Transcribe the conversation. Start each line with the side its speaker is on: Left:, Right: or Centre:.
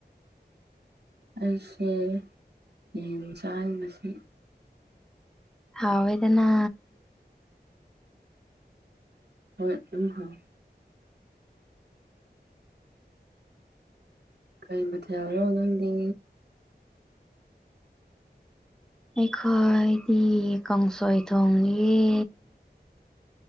Right: ꯑꯩꯁꯦ ꯌꯦꯟ ꯆꯥꯏ ꯉꯁꯤ
Centre: ꯍꯥꯎꯋꯦꯗꯅ
Right: ꯍꯣꯏ ꯎꯝ ꯍꯥꯎ ꯀꯩ ꯃꯊꯦꯜꯔꯣ ꯅꯪꯗꯤ
Centre: ꯑꯩꯈꯣꯏꯗꯤ ꯀꯥꯡꯁꯣꯏ ꯊꯣꯡꯌꯦ